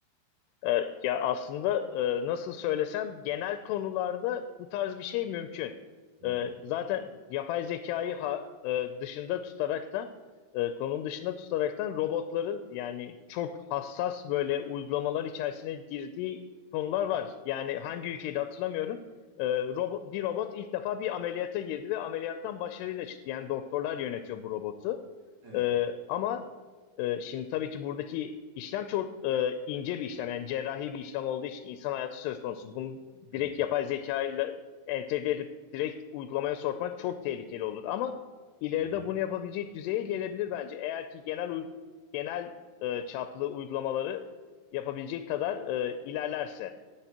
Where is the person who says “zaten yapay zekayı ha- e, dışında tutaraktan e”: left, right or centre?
Left